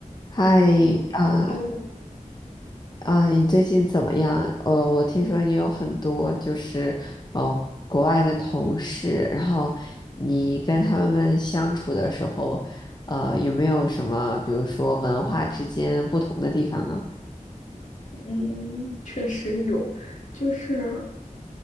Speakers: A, on the left; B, on the left.
A: 嗨，
B: 哦，Hello，
A: 啊啊，你最近怎么样？呃，我听说你有很多就是呃国外的同事，然后你跟他们相处的时候，呃，有没有什么，比如说文化之间不同的地方呢？
B: 嗯，确实有，就是